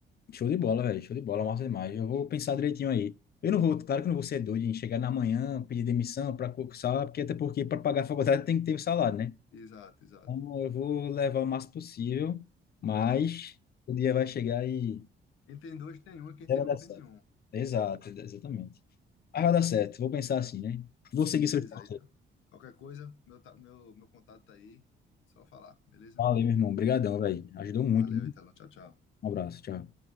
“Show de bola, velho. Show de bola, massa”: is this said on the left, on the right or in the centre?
Left